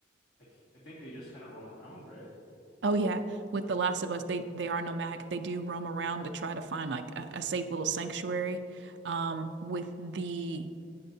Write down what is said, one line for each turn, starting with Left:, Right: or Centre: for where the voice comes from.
Left: I th I think they just kind of roam around, right?
Right: Oh yeah, with The Last of Us, they they are nomadic. They do roam around to try to find like a, a safe little sanctuary. Um, with the